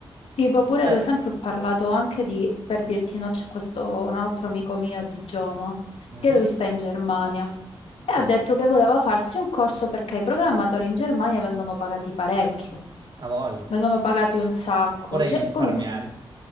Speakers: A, on the left; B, on the right.
A: Tipo, pure
B: Cioè,
A: ad esempio, ho parlato anche di, per dirti, no, c'è questo un altro amico mio a Digiano,
B: mm,
A: che lui sta in Germania e
B: mm.
A: ha detto che voleva farsi un corso perché i programmatori in Germania vengono pagati parecchio,
B: A voglio.
A: vengono pagati un sacco.
B: Vorrei
A: Cioè,
B: infarmiare.
A: comunque,